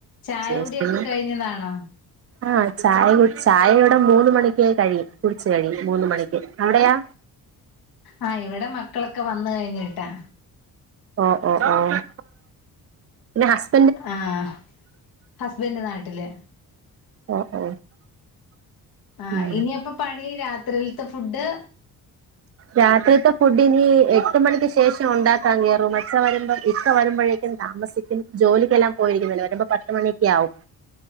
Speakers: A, on the left; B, on the right.
A: ചായ
B: ശരി
A: കുടിയൊക്കെ
B: പിന്നെ
A: കഴിഞ്ഞതാണോ?
B: ആഹ് ചായ കു ചായ ഇവടെ മൂന്ന് മണിക്ക് കഴിയും കുടിച്ച് കഴിയും മൂന്ന് മണിക്ക്. അവിടെയോ?
A: ആഹ് ഇവടെ മക്കളൊക്കെ വന്ന് കഴിഞ്ഞിട്ടാ.
B: ഓഹ് ഓഹ് ഓഹ് പിന്നെ ഹസ്
A: ആഹ് ഹസ്ബൻഡ് നാട്ടില്.
B: ഓ ഓ
A: ആഹ്
B: ഉം
A: ഇനി അപ്പൊ പണി രാത്രിയിലത്തെ ഫുഡ്
B: രാത്രിത്തെ ഫുഡ്നി എട്ട് മണിക്ക് ശേഷം ഉണ്ടാക്കാൻ കേറും. അച്ച വരുമ്പോ ഇക്ക വരുമ്പഴേക്കും താമസിക്കും. ജോലിക്കെല്ലാം പോയിരിക്കുന്നല്ലോ വരുമ്പോ പത്ത് മണിക്കെ ആകും.